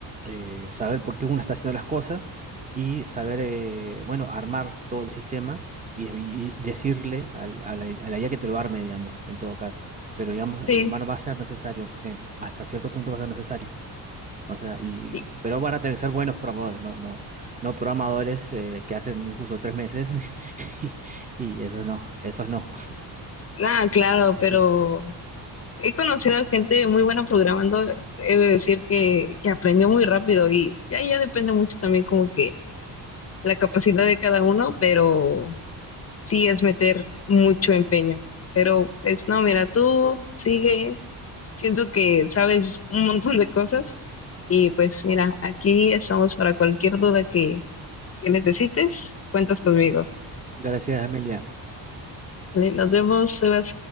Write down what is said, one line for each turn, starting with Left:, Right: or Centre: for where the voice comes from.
Right: eh, saber por qué uno está haciendo las cosas y saber, eh, bueno, armar todo el sistema y, y decirle al, a la, a la IA que te lo arme, digamos, en todo caso. Pero, digamos,
Left: sí.
Right: el humano va a ser necesario, en- hasta cierto punto va a ser necesario. O sea, y,
Left: y-
Right: pero van a tener que ser buenos programadores, no, no, no programadores eh, que hacen un curso de tres meses <laughs> y, y eso no, eso no.
Left: ah, claro, pero
Right: Así que,
Left: he conocido a gente muy buena programando, he de decir que, que aprendió muy rápido y ya, ya depende mucho también como que la capacidad de cada uno, pero sí es meter mucho empeño. Pero, pues no, mira, tú sigue, Siento que sabes un montón de cosas y pues mira, aquí estamos para cualquier duda que, que necesites, cuentas conmigo.
Right: gracias, Amelia.
Left: Vale, Nos vemos, Sebas.